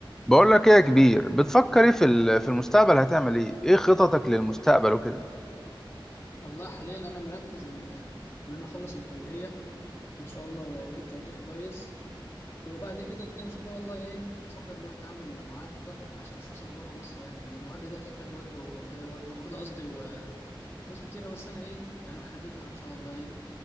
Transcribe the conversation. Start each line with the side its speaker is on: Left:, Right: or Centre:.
Centre: بقول لك ايه يا كبير بتفكر ايه في ال- في المستقبل هتعمل ايه ايه خططك للمستقبل وكده
Left: والله حاليا انا مركز ان ان انا اخلص الكليه ان شاء الله واجيب تقدير كويس وبعد كده ان شاء الله ايه بفكر ان انا اعمل معادله عشان اسافر بره مصر يعني المعادله دي تحتاج وجه ومجهود قصدي و- وفلوس كتيره بس انا ايه يعني محدد لها ان شاء الله ايه